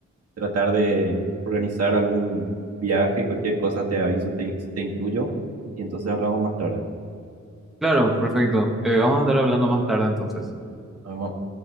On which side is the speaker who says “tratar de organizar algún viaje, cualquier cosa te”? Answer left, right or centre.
Right